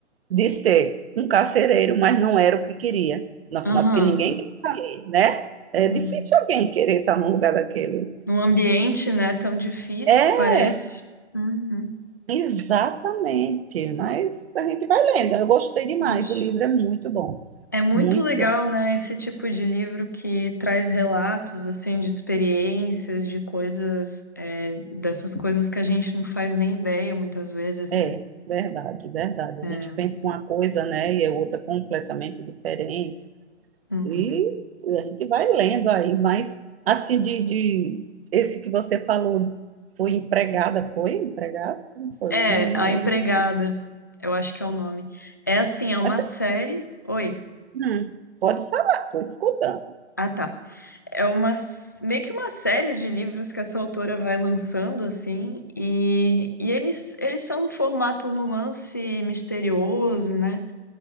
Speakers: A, on the right; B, on the left.
A: de ser um carcereiro, mas não era o que queria. Afinal,
B: Aham.
A: porque ninguém quer estar ali, né? É difícil
B: Uhum.
A: alguém querer estar num lugar daquele.
B: Num ambiente, né, tão difícil,
A: É,
B: parece. Uhum.
A: exatamente. Mas a gente vai lendo. Eu gostei demais.
B: Poxa.
A: O livro é muito bom.
B: É muito
A: Muito
B: legal,
A: bom.
B: né, esse tipo de livro que traz relatos, assim, de experiências, de coisas, é, dessas coisas que a gente não faz nem ideia muitas vezes,
A: É,
B: né?
A: verdade, verdade.
B: É,
A: A gente pensa uma coisa, né? E é outra completamente diferente.
B: uhum.
A: E a gente vai lendo aí, mas assim de, de esse que você falou foi empregada, foi empregada? Como foi?
B: É,
A: Não, não, não,
B: A Empregada,
A: eu não.
B: eu acho que é o nome. É assim, é uma
A: Mas,
B: série. Oi.
A: hum, pode falar, estou escutando.
B: Ah, tá. É uma s- meio que uma série de livros que essa autora vai lançando assim, e, e eles eles são no formato romance misterioso, né?